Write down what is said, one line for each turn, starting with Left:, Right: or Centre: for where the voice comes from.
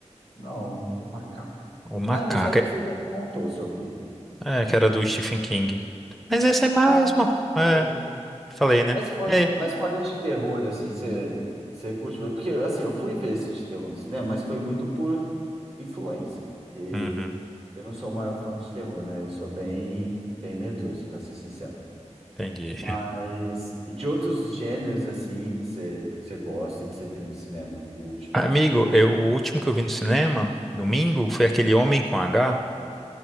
Right: Não, o macaco.
Centre: O Macaco.
Right: Ah, mas acho
Centre: É,
Right: que você já me contou sobre ele.
Centre: é, que era do Stephen King. Mas esse é mais
Right: Ah,
Centre: uma.
Right: por
Centre: É,
Right: favor.
Centre: falei, né?
Right: Mas, por-
Centre: É.
Right: mas fora de terror, assim, você você curte ver? Porque, assim, eu fui ver esse de terror no cinema, mas foi muito por influência, porque
Centre: Uhum,
Right: eu não sou o maior fã de terror, né? Eu sou bem, bem medroso, para ser sincero.
Centre: entendi.
Right: Mas de outros gêneros, assim, que você você gosta, que você viu no cinema, o último.
Centre: Amigo, eu, o último que eu vi no cinema, domingo, foi aquele Homem com H,